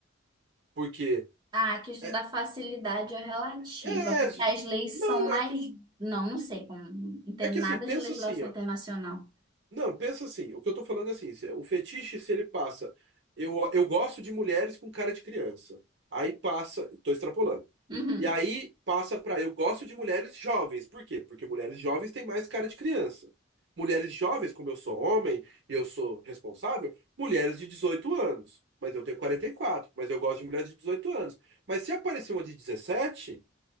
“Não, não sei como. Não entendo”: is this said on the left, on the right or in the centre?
Right